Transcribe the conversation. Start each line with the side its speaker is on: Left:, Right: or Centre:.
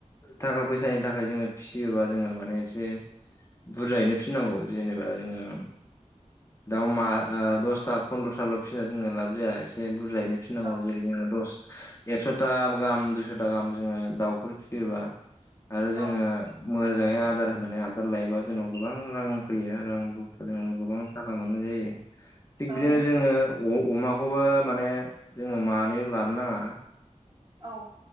Left: थाखा फैसानि थाखाय जोङो फिसियोबा जोङो माने एसे बुरजायैनो फिनांगौ जेनेबा जोङो दाउ मा दसथा फन्द्रथाल' फिना जोङो लाब जाया एसे बुरजायैनो फिनांगौ
Right: औ
Left: जेरै जोंना दस एकस'था गाहाम दुइस'था गाहाम जोङो दाउफोर फिसियोबा आरो जोङो
Right: औ
Left: मोजाङै आदार होनानै आबदाल लायोबा जोंनाव गोबां रां फैयो रां जों गोबां थाखा मोननाय जायो
Right: औ
Left: थिग बिदिनो जोङो अ अमाखौबो माने जोङो मानैल' लानो नाङा।
Right: औ।